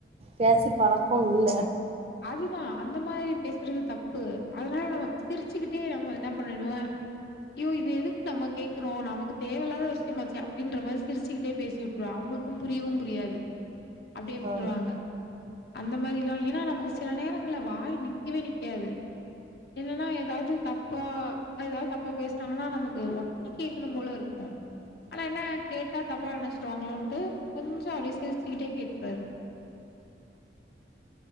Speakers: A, on the right; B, on the left.
A: பேசி பழக்கம் இல்ல
B: அதுதா அந்த மாதிரி பேசுறது தப்பு அதனால நம்ம சிரிச்சுக்கிட்டே நம்ம என்ன பண்ணிடுவே ஐயோ இது எதுக்கு நம்ம கேட்குரோ நமக்கு தேவையில்லாத விஷயம்மாச்சே அப்படின்ற மாரி சிரிச்சுக்கிட்டே பேசி விட்டுரு அவங்களுக்கும் புரியவும் புரியாது அப்படியே விட்டுருவாங்க
A: ஆ,
B: அந்த மாரில்லா ஏன்னா நமக்கு சில நேரங்கள்ல வாய் நிக்கவே நிக்காது என்னன்னா ஏதாவது தப்பா ஏதாவது தப்பா பேசுறாங்கன்னா நமக்கு உடனே கேட்கணும் போல இருக்கு ஆனா என்ன கேட்டா தப்பா நினைச்சிருவாங்களோன்ட்டு கொஞ்ச அப்படியே சிரிச்சுக்கிட்டே கே அது